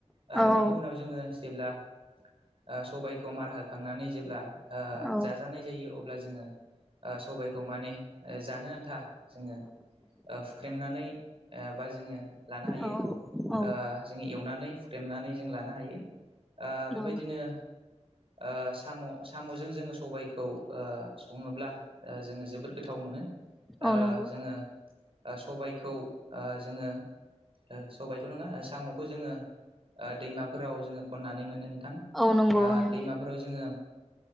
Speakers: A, on the right; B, in the centre.
A: ओ
B: औ
A: बिनि उनाव जोङो जेब्ला ओसबायखौ मार होखांनानै जेब्ला ओ
B: औ
A: जाजानाय जायो अब्ला जोङो ओ सबायखौ माने। जानो आन्था जोङो हुख्रेमनानै बा जा जोङो लानो हायो।
B: औ औ
A: ओ जों एवनानै हुख्रेमनानै जों लानो हायो। ओ बेबायदिनो
B: औ
A: ओ साम' साम'जों जोङो सबायखौ सङोब्ला ओ जोङो जोबोद गोथाव मोनो। ओ
B: औ नंगौ
A: जोङो ओ सबायखौ ओ जोङो ओ सबायथ' नङा साम'खौ जोङो ओ दैमाफोराव जोङो खननानै मोनो नों थां।
B: औ नंगौ
A: ओ
B: औ नंगौ
A: दैमाफोराव जोङो